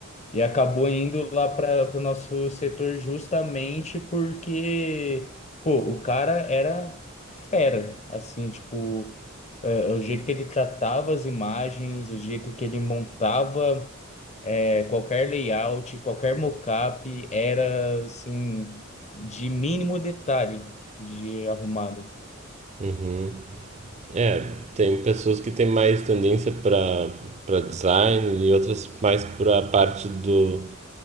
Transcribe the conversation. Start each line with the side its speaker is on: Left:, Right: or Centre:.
Left: E acabou indo lá para o nosso setor justamente porque, pô, o cara era fera, assim, tipo, é, o jeito que ele tratava as imagens, o jeito que ele montava é, qualquer layout, qualquer mockup, era, assim, de mínimo detalhe de arrumado.
Right: Uhum. É, tem pessoas que têm mais tendência para para design e outras mais para a parte do